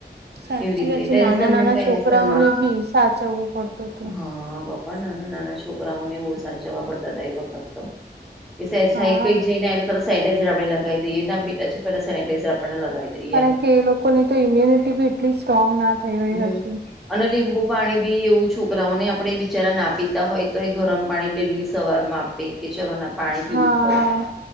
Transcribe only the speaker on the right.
સાચી
વાત છે
નાના
નાના છોકરાઓને બી સાચવવું પડતું હતું
હા
કારણ
કે એ લોકોની તો ઇમ્યુનિટી બી એટલી સ્ટ્રોંગ ના થઈ હોય
હજી.
હા